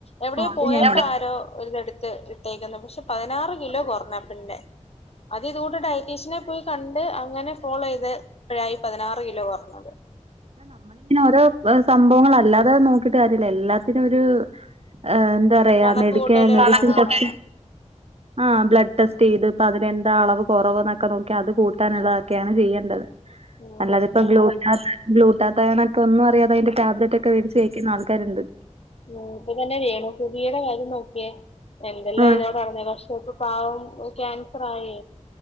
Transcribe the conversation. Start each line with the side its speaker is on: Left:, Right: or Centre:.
Left: എവിടെയോ
Right: ആ അത്
Left: പോയപ്പ
Right: ഞാൻ
Left: ആരോ ഇതെടുത്ത് ഇട്ടേക്കുന്ന്. പക്ഷേ പതിനാറ് കിലോ
Right: കണ്ടില്ല
Left: കൊറഞ്ഞ് ആ പെണ്ണിന്റെ അത് ഇത് കൂട്ട് ഡയറ്റീഷ്യനെ പോയി കണ്ട് അങ്ങനെ ഫോളോയ്ത് ഴായി പതിനാറ് കിലോ കൊറഞ്ഞത്
Right: ഇ നമ്മളിങ്ങനെ ഓരോ സംഭവങ്ങൾ അല്ലാതെ നോക്കിട്ട് കാര്യല്ല എല്ലാത്തിനും ഒരു ആഹ് എന്താ പറയാ
Left: കണക്ക്
Right: മെഡിക്കെ
Left: കൂട്ടലുകൾ
Right: കണക്കൂട്ടല്
Left: വേണാണാണ്
Right: ആഹ് ബ്ലഡ് ടെസ്റ്റ് ചെയ്ത് ഇപ്പ അതിനെന്താ അളവ് കുറവന്നൊക്കെ നോക്കി അത് കൂട്ടാനുള്ളതൊക്കെയാണ് ചെയ്യേണ്ടത്
Left: ഉം
Right: അല്ലാതി
Left: സത്യം
Right: ഇപ്പ ബ്ലൂടാത്ത് ബ്ലൂടാത്ത്യാനൊക്കെ ഒന്ന അറിയാതെതിന്റെ ടാബ്ലറ്റ് ഒക്കെടിച്ച് കഴിക്കുന്ന ആൾക്കാരുണ്ട്
Left: ഉ ഇപ്പ തന്നെ വേണു കുതിര കാര്യം നോക്കിയേ എന്തെല്ലാം
Right: ആ
Left: ഇതോടറിഞ്ഞ വർഷട്ട് പാവം ക്യാൻസർ ആയി